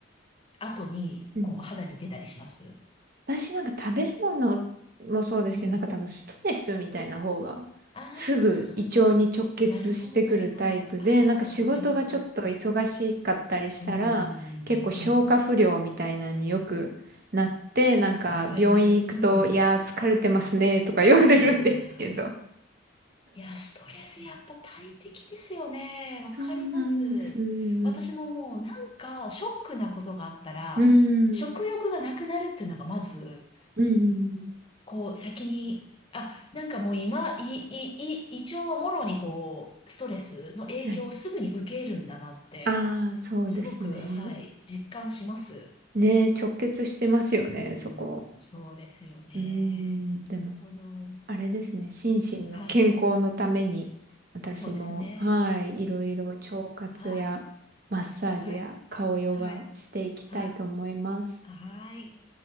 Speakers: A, on the left; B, on the right.
A: 後に、
B: うん
A: こう、肌に出たりします
B: 私なんか食べ物もそうですけど、
A: うん。
B: なんか多分ストレスみたいな方が
A: ああ、
B: すぐ胃腸に直結してくるタイプで、
A: なるほど、なるほど。ああ、
B: なんか仕事がちょっと忙しかったりしたら、
A: わかります。うーん、
B: 結構消化不良みたいなのによくなって、
A: うん。
B: なんか病院行くと、
A: わかります。うん。
B: いやー疲れてますねとか言われるんですけど。
A: ああ、いや、ストレスやっぱ大敵ですよね。わかります。
B: そうなんです。うん。
A: 私ももうなんか、ショックなことがあったら、
B: うん。
A: 食欲がなくなるっていうのがまず、
B: うんうん
A: こう、先に、あ、なんかもう今、い、い、い、胃腸はもろにこう、ストレスの影響をすぐに受けるんだなって、
B: うん。はい。ああ、そうですね。
A: すごく、はい、実感します。
B: ね、直結してますよね、
A: うーん、
B: そこ。
A: そうですよね。
B: うーん、でも
A: なるほど。
B: あれですね、心身の健康のために、
A: はい、
B: 私も、
A: そうですね。
B: はい、いろいろ腸活やマッサージや顔ヨガしていきたいと思います。
A: はい、はい、はい、はい、はい。